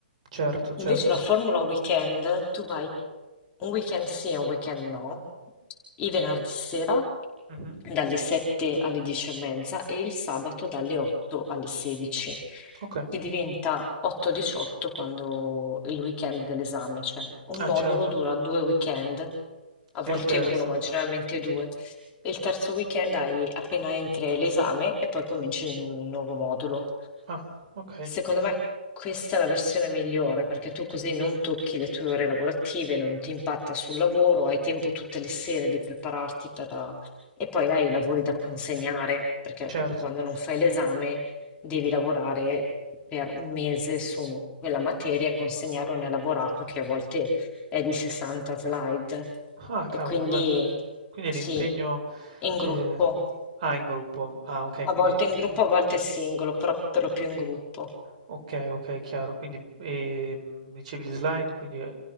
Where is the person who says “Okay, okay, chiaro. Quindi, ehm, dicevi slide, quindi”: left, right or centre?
Right